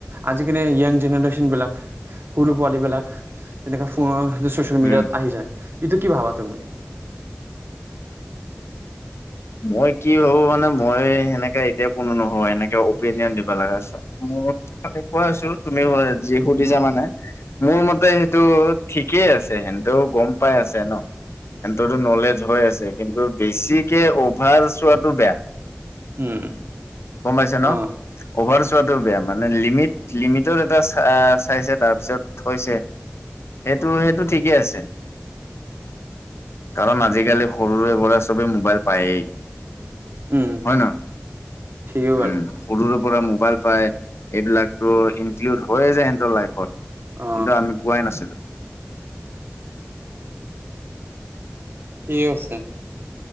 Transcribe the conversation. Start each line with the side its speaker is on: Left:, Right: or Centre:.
Right: আজিকালি য়াং জেনেৰেশ্যন বিলাক সৰু পোৱালী বিলাক যেনেকা ফ- চচিয়েল মিডিয়াত
Left: উম।
Right: আহি যায়, এইটো কি ভাবা তুমি?
Left: মই কি ভাবো মানে মই সেনেকা এতিয়া কোনো নহয়, এনেকে অপিনিয়ন দিব লগা আ- কোৱা আছো। তুমি যি সুধিছা মানে মোৰ মতে সেইটো ঠিকেই আছে। সেইটোও গম পাই আছে ন সিহতেটো নলেজ হৈ আছে। কিন্তু বেছি অভাৰ চোৱাটো বেয়া
Right: উম।
Left: গম পাইছে ন?
Right: অ
Left: অভাৰ টো বেয়া মানে। লিমিট লিমিটৰ এটা চ চাইছে তাৰপিছত থৈছে। সেইটো সেইটো ঠিকেই আছে। কাৰণ আজিকালি সৰুৰেপৰা চবেই মোবাইল পায়েই।
Right: উম
Left: হয় ন
Right: ঠিকে ক'লা
Left: উম। পৰা মোবাইল পায় এইবিলাকতো ইনক্লুড হৈয়ে যায় সিহতৰ লাইফত,
Right: অ
Left: কিন্তু আমি পোৱাই নাছিলো।
Right: ঠিক আছে।